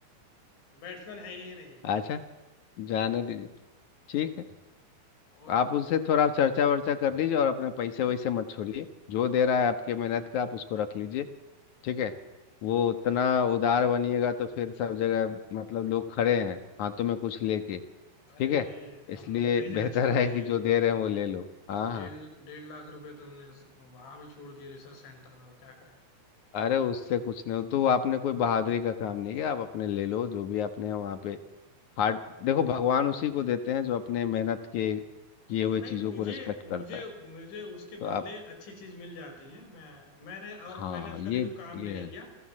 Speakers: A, on the left; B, on the left.
A: बैट्समैन है ही नहीं
B: अच्छा जाने
A: हम्म
B: दीजिए ठीक है
A: और
B: आप उनसे थोड़ा चर्चा वर्चा कर लीजिए और अपने पैसे वैसे मत छोड़िए जो दे रहा है आपके मेहनत का आप उसको रख लीजिए ठीक है वो उतना उदार बनिएगा तो फिर सब जगह मतलब लोग खड़े हैं हाथों में कुछ लेके
A: अरे
B: ठीक है
A: हमने
B: इसलिए
A: तो कई जगह
B: बेहतर
A: छोड़ दिए
B: है कि जो दे रहे हैं वो ले लो हाँ हाँ
A: डेढ़ डेढ़ लाख रुपए तो हमने वहां भी छोड़ दिए रिसर्च सेंटर में और क्या करें
B: अरे उससे कुछ नहीं हो तो आपने कोई बहादुरी का काम नहीं किया आप अपने ले लो जो भी आपने वहाँ पे हार्ड देखो भगवान उसी को देते हैं जो अपने मेहनत के किए हुए
A: नहीं
B: चीज़ों
A: मुझे
B: को रिस्पेक्ट
A: मुझे
B: करता है
A: मुझे उसके
B: तो
A: बदले
B: आप
A: अच्छी चीज मिल जाती है मैं मैंने और
B: हाँ
A: मैंने उसका
B: ये
A: देखो काम
B: ये
A: भी नहीं किया